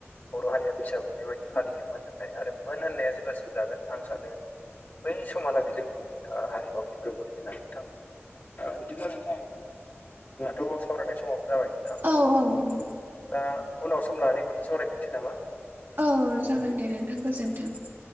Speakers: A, on the left; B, on the right.
A: बर' हारिया बैसागु बेबायदि फालियो मोन होननाय आरो मोन होननाया जेब्लासिम जागोन आं सानो बै समहालागै जोंनि ओ हारिमुआ खैफोदाव गोलैगोन होनना नोंथां ओ बिदिब्ला नोंथां जोंहाथ' सावरायनाय समावबो जाबाय नोंथां
B: औ औ औ
A: दा उनाव सम लानानै खनसे सावरायफिनसै नामा
B: अ जागोन दे नोंथां गोजोन्थों